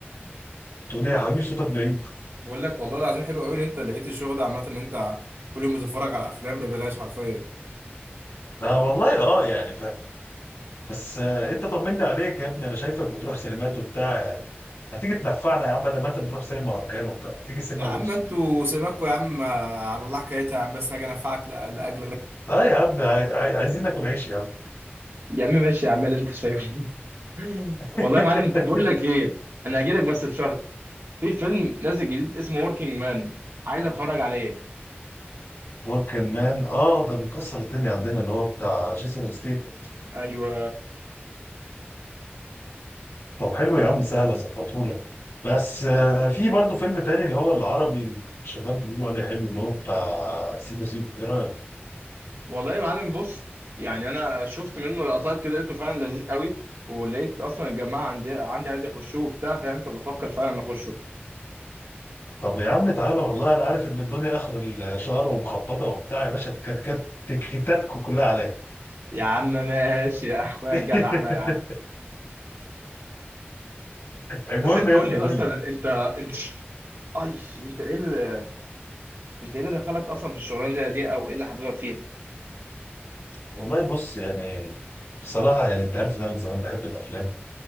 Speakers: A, on the left; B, on the right.
A: تقول لي يا حبيبي صوتك بعيد
B: بقول لك والله العظيم حلو قوي ان انت لقيت الشغل ده عامه ان انت كل يوم بتتفرج على افلام ببلاش حرفيا
A: اه والله اه يعني فاهم بس آه، انت طمني عليك يا ابني انا شايفك بتروح سينمات وبتاع يعني ما تيجي تنفعنا يا عم بدل ما انت بتروح سينما اركان وبتاع ما تيجي سينما
B: يا عم
A: بوكس
B: انتوا سيبكوا يا عم على الله حكايتها يا عم بس هاجي انفعك لأ- لاجل
A: اه يا عم عاي- عاي- عايزين ناكل عيش يا عم
B: يا عم ماشي يا عم اللي انت شايفه
A: <laughs>
B: والله يا معلم انت بقول لك ايه انا هاجي لك بس بشرط في فيلم نازل جديد اسمه وركينج مان عايز اتفرج عليه
A: وركن مان اه ده مكسر الدنيا عندنا اللي هو بتاع جيسون ستيت
B: ايوه
A: طب حلو يا عم سهل اظبطهولك بس آه، في برضه فيلم تاني اللي هو العربي اللي الشباب بيقولوا عليه حلو اللي هو بتاع سيكو سيكو ايه رايك؟
B: والله يا معلم بص يعني انا شفت منه لقطات كده لقيته فعلا لذيذ قوي ولقيت اصلا الجماعه عندي عندي عايز يخشوه وبتاع فاهم فبفكر فعلا اخشه
A: طب يا عم تعالى والله انا عارف ان الدنيا اخر الشهر ومخبطه وبتاع يا باشا تكات- كات- تكتاتكم كلها عليا
B: يا عم ماشي يا اخويا
A: <laughs>
B: الجدع انا يا عم
A: المهم
B: بس انت
A: يا
B: قول
A: ابني
B: لي اصلا
A: قول لي
B: انت انت اي انت ايه اللي انت ايه اللي دخلك اصلا في الشغلانه دي, دي او ايه اللي حبيبك فيها؟
A: والله بص يعني بصراحه يعني انت عارف ان انا من زمان بحب الافلام